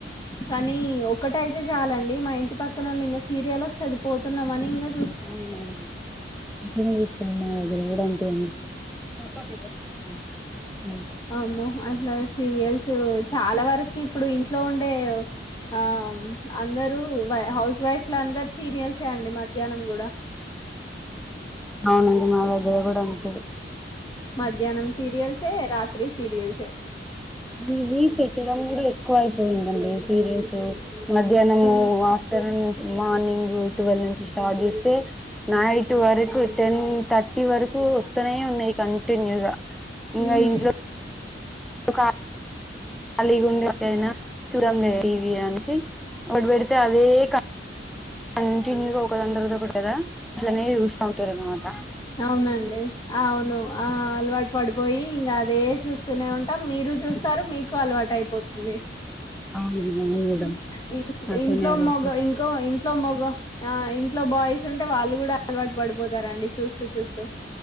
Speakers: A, on the left; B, in the centre.
A: కానీ ఒక్కట అయితే చాలండి మా ఇంటి పక్కనళ్ళు ఇంకా సీరియల్ వస్తుంది పోతున్నాం అని ఇంకా
B: అవునా అట్లనే చేస్తారు మా దగ్గర కూడా అంతే అండి మక్క <unintelligible> హ్మ్ హ్మ్
A: అమ్మో అట్లా సీరియల్స్ చాలా వరకు ఇప్పుడు ఇంట్లో ఉండే ఆ అందరూ హౌస్ వైఫలందరు సీనియల్సే అండి మధ్యాహ్నం కూడా
B: అవునండి మా దగ్గర కూడా అంతే
A: మధ్యాహ్నం సీరియల్స్ ఏ రాత్రి సీరియల్స్ ఏ
B: ఇవి పెట్టడం కూడా ఎక్కువ అయితుంది అండి సీరియల్సు మధ్యాహ్నము
A: ఆ
B: ఆఫ్టర్నూన్ మార్నింగ్ ట్వెల్ నుంచి స్టార్ట్ చేస్తే నైట్ వరకు టెన్ థర్టీ వరకు వస్తనే కంటిన్యూగా ఇగా
A: హ్మ్
B: ఇంట్లో ఖాళీగుండేట్ల నా చూదాం <unintelligible> టీవి అనేసి ఒకటి పెడితే అవే కం కంటిన్యూగా ఒకదానితర్వాత ఒకటి కదా అట్లనే చూస్తావుంటారా అనమాట
A: అవునండి అవును ఆ అలవాటు పడిపోయి ఇంకా అదే చూస్తూనే ఉంటాం మీరు మీరు చూస్తారు మీకు అలవాటు అయిపోతుంది
B: అవును అవును మేడం
A: ఆ ఇ
B: అట్లనే
A: ఇంట్లో
B: జరుగుతాయి
A: మగ ఇంకో ఇంట్ ఇంట్లో మొగ ఆ ఇంట్లో బాయ్స్ ఉంటే వాళ్ళు గుడా అలవాటు పడిపోతారండి చూస్తూ చూస్తూ